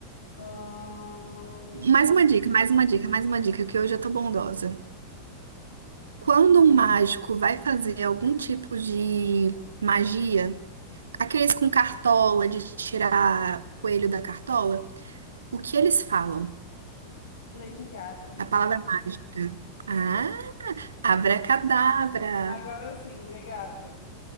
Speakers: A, on the left (about 70°); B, on the right (about 70°).
A: Ahn,
B: Mais uma dica, mais uma dica, mais uma dica, que hoje eu tô bondosa. Quando um mágico vai fazer algum tipo de magia. Aqueles com cartola, de tirar coelho da cartola, o que eles falam?
A: Lady Gaga.
B: A palavra mágica. Ah, abracadabra.
A: Agora sim, obrigada.